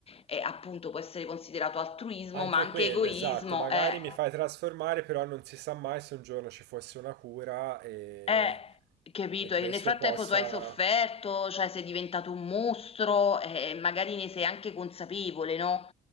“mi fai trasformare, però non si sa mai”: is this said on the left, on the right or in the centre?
Right